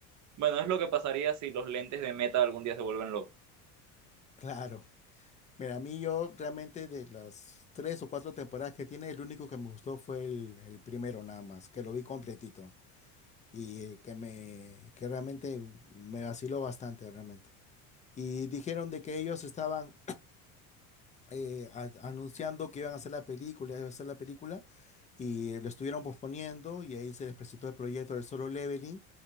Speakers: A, on the right; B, on the left.
A: Bueno, es lo que pasaría si los lentes de Meta algún día se vuelven locos.
B: Claro. Mira, a mí yo realmente de las tres o cuatro temporadas que tiene, el único que me gustó fue el, el primero nada más, que lo vi completito. y eh, que me que realmente me vaciló bastante realmente. Y dijeron de que ellos estaban eh, a- anunciando que iban a hacer la película, iban a hacer la película y lo estuvieron posponiendo y ahí se les presentó el proyecto del solo leveling,